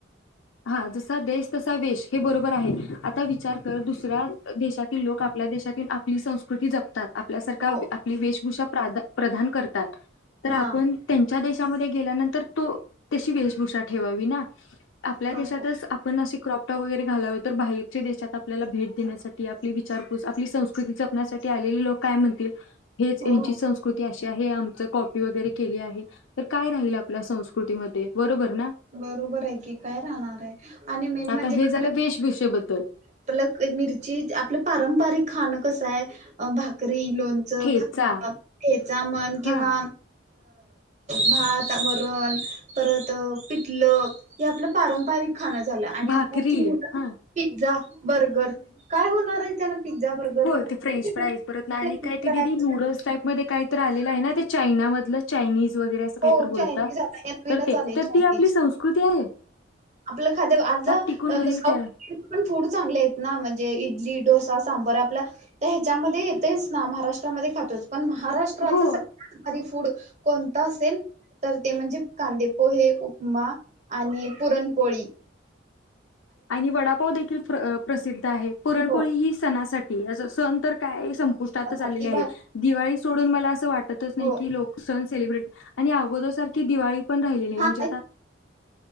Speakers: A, on the left; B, on the right.
A: हा जसा देश तसा वेश हे बरोबर आहे आता विचार तर दुसऱ्या देशातील लोक आपल्या देशातील आपली संस्कृती जपतात आपल्यासारख्या
B: हो
A: आपली वेशभूषा प्रान प्रदान करतात तर
B: हा
A: आपण त्यांच्या देशामध्ये गेल्यानंतर तो त्याशी वेशभूषा ठेवावी ना आपल्या देशातच
B: हो हो
A: आपण असे क्रॉपटॉ वगैरे घालाव तर बाहेरच्या देशात आपल्याला भेट देण्यासाठी आपली विचारपूस आपली संस्कृती जपण्यासाठी आलेले लोक काय म्हणतील हेच
B: हो
A: यांची
B: हो
A: संस्कृती अशी आहे हे आमच कॉपी वगैरे केली आहे तर काय राहील आपल्या संस्कृतीमध्ये बरोबर ना
B: बरोबर आहे की काय राहणार आहे आणि मेन म्हणजे
A: आता हे
B: खाण
A: झालं वेशभूषेबद्दल
B: आपलं मिरची आपलं पारंपरिक खाणं कसं आहे भाकरी लोण घ्यायचा
A: ठेचा
B: मन किंवा
A: हा
B: भात वरण परत पितलक हे आपलं पारंपरिक खाणं झालं आणि
A: भाकरी
B: आताची मु
A: हा
B: पिझ्झा बर्गर काय होणार आहे त्याना पिझ्झा बर्गर
A: हो ते फ्रेंच
B: फ्रेंच
A: फ्राईज बत नाही आणि काय ते
B: फ्राईज
A: दिदी नूडल्स टाईप मध्ये काय तर आलेलं आहे ना चायनामधलं चायनीज वगैरे अस कात
B: हो
A: बोलतात
B: चायनीज आता हे नवीनच
A: तर ते
B: आलय
A: तर
B: चायनीज
A: ती आपली संस्कृती आहे
B: आपलं खादे आज
A: त्यात
B: सा
A: टिकून राहील काय
B: पण फूड चांगले आहेत ना म्हणजे इडली डोसा सांबर आपला तर ह्याच्यामध्ये येतेच ना महाराष्ट्रामध्ये खातोच पण महाराष्ट्र
A: हो
B: फूडण असेल तर ते म्हणजे कांदे पोहे उपमा आणि पुरणपोळी
A: आणि वडापाव देखील प्रसिद्ध आहे पुरणपोळी
B: हो
A: ही सणासाठी सण काय संपुष्टातच
B: चपाती
A: आलेले आहेत
B: भाजी
A: दिवाळी सोडून मला अस वाटतच नाही
B: हो
A: की लोक सण सेलिब्रेट आणि अगोदर सारखी दिवाळी म्हणच
B: हा